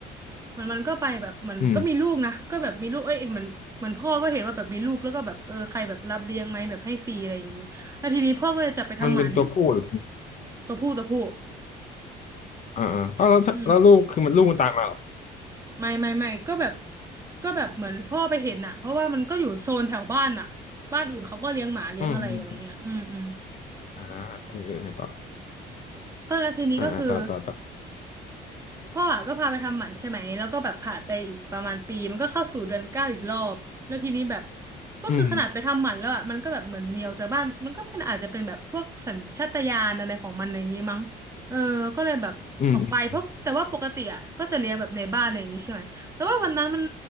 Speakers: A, on the right; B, on the left.
A: เหมือนมันก็ไปแบบเหมือนก็มีลูกนะก็แบบมีลูกเอ้ยเหมือนเหมือนพ่อก็เห็นว่าแบบมีลูกแล้วก็แบบเออใครแบบรับเลี้ยงไหมแบบให้ฟรีอะไรอย่างงี้แล้วทีนี้พ่อก็เลยจับไปทำหมัน
B: อืมมันเป็นตัวผู้หรือ
A: ตัวผู้ตัวผู้
B: อ่าอ่าอ้าวแล้วแล้วลูกคือมันลูกมันตามมาเหรอ
A: อืมไม่ไม่ไม่ก็แบบก็แบบเหมือนพ่อไปเห็นอ่ะเพราะว่ามันก็อยู่โซนแถวบ้านอ่ะบ้านอื่นเขาก็เลี้ยงหมาเลี้ยงอะไรอะไรเงี้ยอืมอืม
B: อืมอืมอ่าเออเออไงต่อ
A: ก็แล้วทีนี้ก็คือ
B: อ่าอ่าต่อต่อต่อ
A: พ่ออะก็พาไปทำหมันใช่ไหมแล้วก็แบบผ่านไปอีกประมาณปีมันก็เข้าสู่เดือนเก้าอีกรอบแล้วทีนี้แบบก็คือขนาดไปทำหมันแล้วอ่ะมันก็แบบเหมือนเหนียวจากบ้านมันก็เป็นอาจจะเป็นแบบพวกสัญชาตญาณอะไรของมันอย่างงี้มั้งเออก็เลยแบบออกไปเพราะแต่ว่าปกติอ่ะก็จะเลี้ยงแบบในบ้านอะไรอย่างงี้ใช่ไหมแต่ว่าวันนั้นมัน
B: อืมอืมอม